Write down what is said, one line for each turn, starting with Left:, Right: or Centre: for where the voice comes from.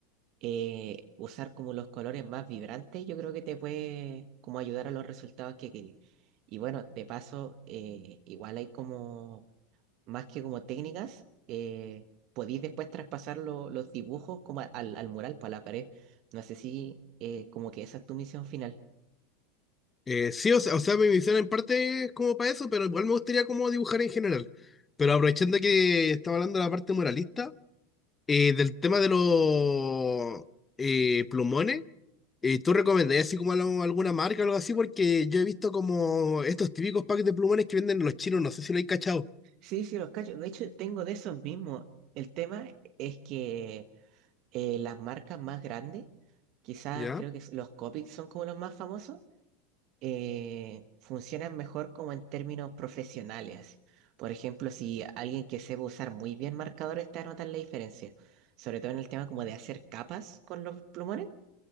Right: eh, usar como los colores más vibrantes yo creo que te puede como ayudar a los resultados que querís. Y bueno, de paso, eh, igual hay como más que como técnicas, eh, podéis después traspasar lo- los dibujos como a- al, al mural, para la pared. No sé si eh, como que esa es tu misión final.
Left: Eh, sí, o sea, o sea, mi visión en parte es como para eso, pero igual me gustaría como dibujar en general. Pero aprovechando que estaba hablando de la parte moralista, eh, del tema de los eh, plumones, eh, ¿tú recomendarías así como algo- alguna marca o algo así? Porque yo he visto como estos típicos packs de plumones que venden los chinos, no sé si lo hay cachado.
Right: Sí, sí, los cacho. De hecho, tengo de esos mismos. El tema es que eh, las marcas más grandes, quizás
Left: ¿Ya?
Right: creo que los Copics son como los más famosos, eh, funcionan mejor como en términos profesionales. Por ejemplo, si alguien que sepa usar muy bien marcadores te va a notar la diferencia, sobre todo en el tema como de hacer capas con los plumones,